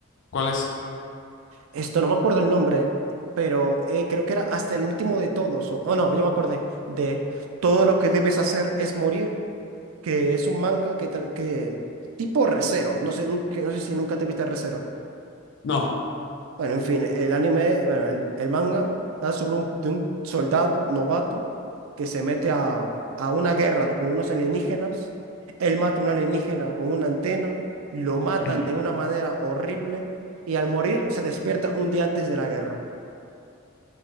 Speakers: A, on the left; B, on the right.
A: ¿cuál es?
B: Esto no me acuerdo el nombre, pero eh, creo que era hasta el último de todos. O, oh, no, yo me acordé de Todo lo que debes hacer es morir, que es un manga que, tra- que tipo recero No sé, nunca- no sé si nunca te viste recero
A: No.
B: Bueno, en fin, el anime, bueno, el, el manga trata sobre un, de un soldado novato que se mete a, a una guerra de- con unos alienígenas. Él mata a un alienígena con una antena, lo matan
A: Ujú.
B: de una manera horrible y al morir se despierta un día antes de la guerra.